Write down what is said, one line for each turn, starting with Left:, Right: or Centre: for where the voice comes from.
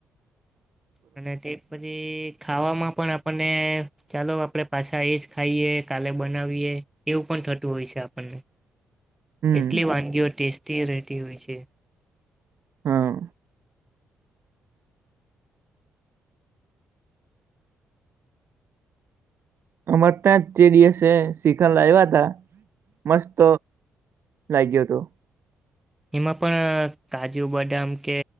Centre: અને તે પછી ખાવામાં પણ આપણને ચાલો આપણેે પાછા આવી જ ખાઈએ કાલે બનાવીએ એવું પણ થતું હોય છે આપણને
Right: હમ
Centre: એટલી વાનગીઓ ટેસ્ટ ટી રહતી હોય છે
Right: હા અમારે ત્યાં તે દિવસે શિખંડ લાયવા તા મસ્ત લાગ્યો હતો
Centre: એમાં પણ કાજુ બદામ કે